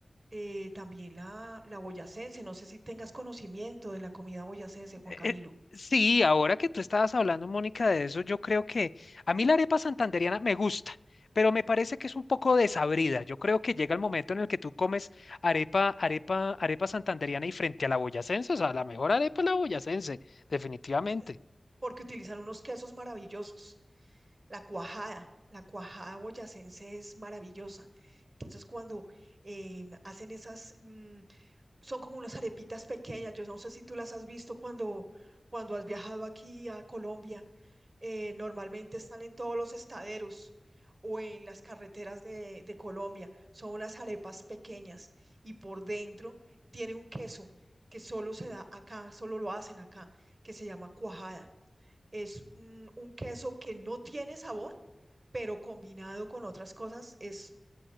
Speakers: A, on the right; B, on the left.
A: Eh, también la, la boyacense, no sé si tengas conocimiento de la comida boyacense, Juan
B: Eh,
A: Camilo.
B: Sí, ahora que tú estabas hablando, Mónica, de eso, yo creo que a mí la arepa santandereana me gusta, pero me parece que es un poco desabrida. Yo creo que llega el momento en el que tú comes arepa, arepa, arepa santandereana y frente a la boyacense, o sea, la mejor arepa es la boyacense, definitivamente.
A: Este, porque utilizan unos quesos maravillosos. La cuajada, la cuajada boyacense es maravillosa. Entonces, cuando em, hacen esas mm, son como unas arepitas pequeñas. Yo no sé si tú las has visto cuando, cuando has viajado aquí a Colombia. eh, normalmente están en todos los estaderos o en las carreteras de, de Colombia. Son unas arepas pequeñas y por dentro tiene un queso que solo se da acá, solo lo hacen acá, que se llama cuajada. Es un, un queso que no tiene sabor, pero combinado con otras cosas es